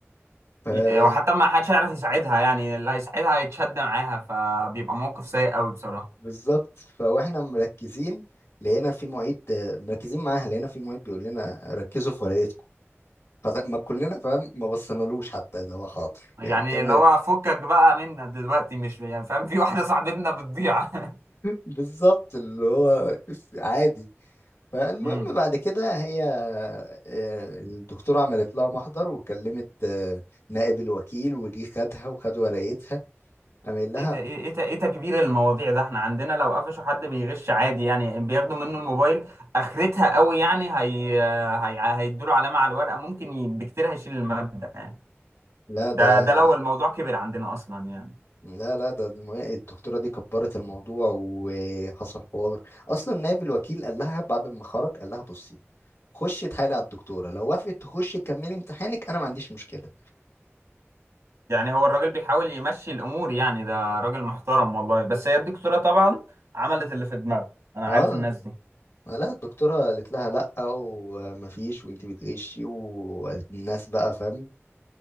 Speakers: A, on the left; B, on the right.
A: فاهم
B: <laughs> وحتى ما حدش هيعرف يساعدها يعني اللي هيساعدها هيتشد معاها فبيبقى موقف سيء قوي بصراحة
A: بالظبط فواحنا مركزين لقينا في معيد مركزين معاها لقينا في معيد بيقول لنا ركزوا في ورقتكم فما كلنا فاهم ما بصينالوش حتى اذا هو حاضر <laughs>
B: يعني
A: يعني تمام
B: اللي هو فكك بقى منا دلوقتي مش يعني فاهم في واحده صاحبتنا بتضيع <laughs>
A: بالظبط اللي هو عادي فالمهم
B: امم
A: بعد كده هي آه، الدكتورة عملت لها محضر وكلمت آه، نائب الوكيل وجي خدها وخد ورقتها قام قايل لها
B: ايه ده ايه ايه ده ايه تكبير المواضيع ده احنا عندنا لو قفشوا حد بيغش عادي يعني بياخدوا منه الموبايل اخرتها قوي يعني هي هي هيدوله علامه على الورقه ممكن ي- بكتير هيشيل الماده يعني
A: لا ده
B: ده ده لو الموضوع كبر عندنا اصلا يعني
A: لا لا ده المي- الدكتورة دي كبرت الموضوع وحصل حوار أصلا نائب الوكيل قال لها بعد ما خرج قال لها بصي خشي اتحايلي على الدكتورة لو وافقت تخشي تكملي امتحانك أنا ما عنديش مشكلة
B: يعني هو الراجل بيحاول يمشي الامور يعني ده راجل محترم والله بس هي الدكتوره طبعا عملت اللي في دماغها انا
A: اه
B: عارف الناس دي
A: لا الدكتورة قالت لها لأ ومفيش وانتي بتغشي والناس بقى فاهم